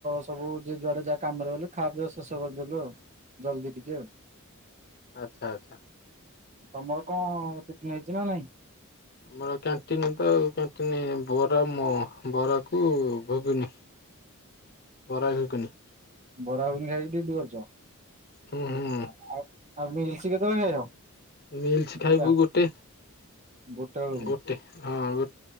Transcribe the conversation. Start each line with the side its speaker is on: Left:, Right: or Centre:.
Right: ସବୁ ଯିଏ ଯୁଆଡେ ଯାହା କାମରେ ଗଲେ ଖାବା ପିଇବା ଶେଷ କରିଦେଲୁ ଆଉ। ଜଲ୍ଦି ଟିକେ।
Left: ଆଚ୍ଛା ଆଚ୍ଛା।
Right: ତମର କଣ ଟିଫିନ୍ ହେଇଛି ନା ନାଇଁ?
Left: ଆମର କ୍ୟାଣ୍ଟିନ ତ ଆଉ କ୍ୟାଣ୍ଟିନ ବରା ମୋ ବରାକୁ ଭୁବୁନି।
Right: <inaudible>
Left: <unintelligible>
Right: ବରାବରି ଖାଇକି ଟେ ଦି ଅଛ?
Left: ହୁଁ ହୁଁ
Right: ଆଉ ଆଉ ମିଲ୍ସ କେତେବେଳେ ଖାଇବ?
Left: ମିଲ୍ସ ଖାଇବୁ
Right: ଦିଟା
Left: ଗୋଟେ
Right: ଗୋଟେ ବେଳକୁ
Left: ଗୋଟେ ହଁ ଗୋ।